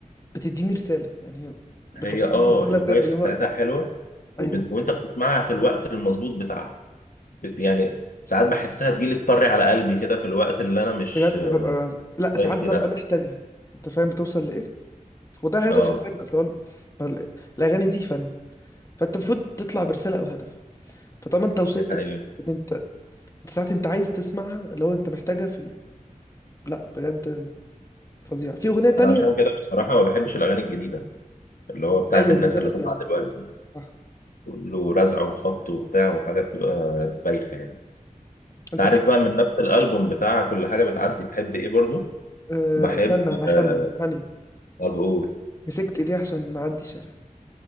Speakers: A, on the left; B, on the left.
A: بتديني رسالة يعني هي بتوصلني
B: هي اه
A: رسالة
B: الفايبس
A: بجد اللي
B: بتاعتها
A: هو
B: حلوة
A: ايوه
B: وبت... وانت بتسمعها في الوقت المظبوط بتاعها بت... يعني ساعات بحسها تجيلي تطري على قلبي كده في الوقت اللي انا مش
A: بجد ببقى لا
B: طايق
A: ساعات ببقى
B: فيه
A: محتاجها انت فاهم بتوصل لايه وده هدف
B: اه
A: الفن اصلا هو ال- ما ال- الاغاني دي فن فانت المفروض تطلع برسالة او هدف فطالما انت وصلت
B: دي حقيقة
A: لحتة ان انت انت ساعات انت عايز تسمعها اللي هو انت محتاجها في ال... لا بجد فظيع في أغنية تانية
B: انا عشان كده بصراحة ما بحبش الاغاني الجديدة اللي هو بتاعت
A: أيوة
B: الناس
A: من غير
B: اللي
A: رسالة
B: طالعة دلوقتي
A: صح
B: كله رزع وخبط وبتاع وحاجة بتبقى بايخة يعني انت
A: أنت
B: عارف
A: في
B: بقى من نفس الالبوم بتاع كل حاجة بتعدي بحب ايه برضو
A: أه
B: بحب
A: استنى هخمن
B: آه
A: ثانية
B: بقول
A: مسكت إيديها عشان نعدي الشارع